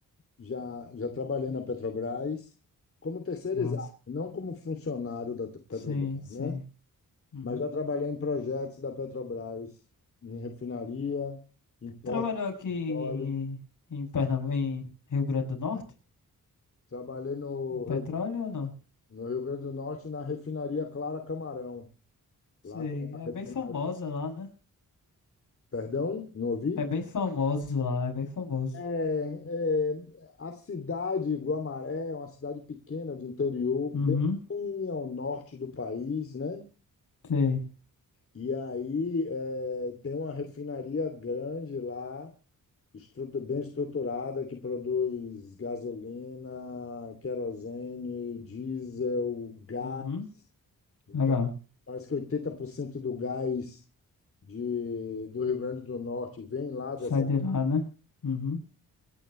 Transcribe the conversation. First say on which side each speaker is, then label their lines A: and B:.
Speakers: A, on the left (about 40°); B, on the left (about 60°).
A: já já trabalhei na Petrobras como terceirizado,
B: Nossa.
A: não como funcionário da T- Petrobras,
B: Sim, sim.
A: né?
B: uhum.
A: Mas já trabalhei em projetos da Petrobras, em refinaria, em poço
B: Trabalhou aqui em,
A: de petróleo.
B: em Pernambuco, em Rio Grande do Norte?
A: Trabalhei no
B: Em petróleo
A: Rio,
B: ou não?
A: no Rio Grande do Norte na refinaria Clara Camarão.
B: Sei,
A: Lá tem uma
B: é
A: refinaria.
B: bem famosa lá, né?
A: Perdão, não ouvi?
B: É bem famoso lá, é bem famoso.
A: É, é, a cidade Guamaré é uma cidade pequena do interior, bem
B: Uhum,
A: ao norte do país, né?
B: sei.
A: E aí é, tem uma refinaria grande lá, estrutu- bem estruturada, que produz gasolina, querosene, diesel, gás.
B: Uhum,
A: Então,
B: Legal.
A: parece que 80% do gás de, do Rio Grande do Norte vem lá dessa.
B: Sai de lá, né? uhum.